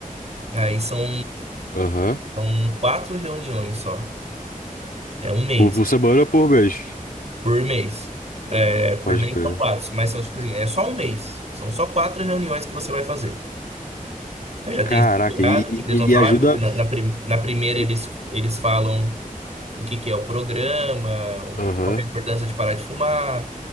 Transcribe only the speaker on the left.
Aham.
Por, por semana ou por mês?
Pode
crer.
Caraca,
e, e,
e ajuda.
e-
Aham,